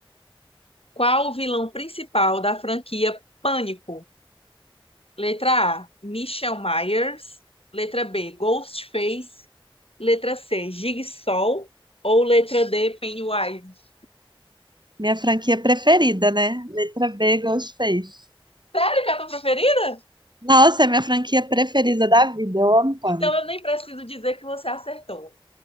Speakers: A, on the left; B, on the right.
A: Qual o vilão principal da franquia Pânico? Letra A, Michelle Myers. Letra B, Ghostface. Letra C, Jigsaw. Ou letra D, Pennywise.
B: Minha franquia preferida, né? Letra B, Ghostface.
A: Sério que é a tua preferida?
B: Nossa, é minha franquia preferida da vida. Eu amo Pânico.
A: Então eu nem preciso dizer que você acertou.